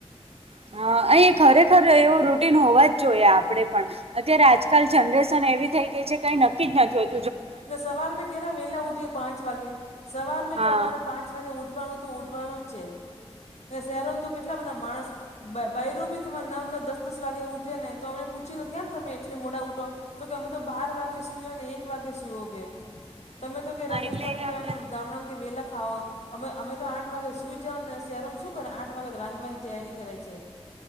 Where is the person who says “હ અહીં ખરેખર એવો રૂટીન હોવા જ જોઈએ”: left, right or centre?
Right